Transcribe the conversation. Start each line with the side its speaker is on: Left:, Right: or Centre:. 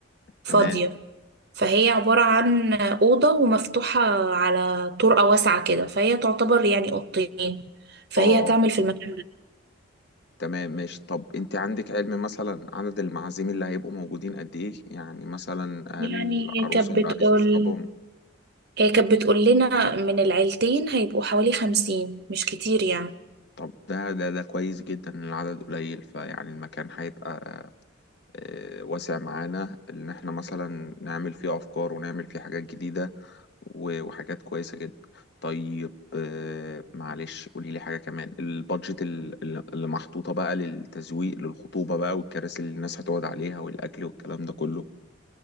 Right: فاضية
Left: تمام
Right: فهي عبارة عن أوضة ومفتوحة على طرقة واسعة كده فهي تعتبر يعني أوضتين فهي
Left: اه
Right: هتعمل
Left: اه
Right: في المكان
Left: تمام ماشي طب انت عندك علم مثلا عدد المعازيم اللي هيبقوا موجودين قد ايه يعني مثلا هل
Right: يعني
Left: العروسة
Right: هي كانت
Left: والعريس
Right: بتقول
Left: واصحابهم
Right: هي كانت بتقول لنا من العيلتين هيبقوا حوالي خمسين مش كتير يعني
Left: طب ده ده ده كويس جدا ان العدد قليل فيعني المكان هيبقى آه، واسع معانا ان احنا مثلا نعمل فيه افكار ونعمل فيه حاجات جديدة و- وحاجات كويسة جدا طيب آه، معلش قولي لي حاجة كمان البادجت ال- ال- اللي محطوطة بقى للتزويق للخطوبة بقى والكراسي اللي الناس هتقعد عليها والاكل والكلام ده كله